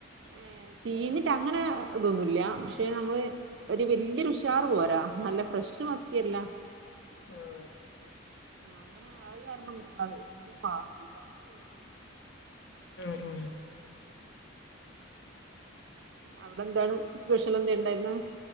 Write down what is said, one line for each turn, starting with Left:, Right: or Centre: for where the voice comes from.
Right: ഏ ചീഞ്ഞിട്ട് അങ്ങനെ ഇതൊന്നുല്ല പക്ഷെ നമ്മള് ഒരു വല്ല്യൊരു ഉഷാർ പോരാ നല്ല ഫ്രഷ് മത്തിയല്ല
Left: ഉം
Right: അങ്ങനെ ആ ഒരു കാരണം <unintelligible>
Left: ഉം ഉം
Right: അവടെ എന്താണ് സ്പെഷ്യൽ എന്താ ഉണ്ടായിരുന്ന